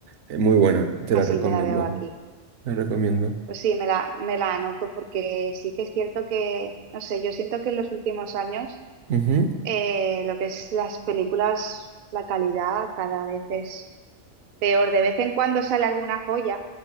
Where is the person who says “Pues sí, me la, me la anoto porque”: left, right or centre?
Right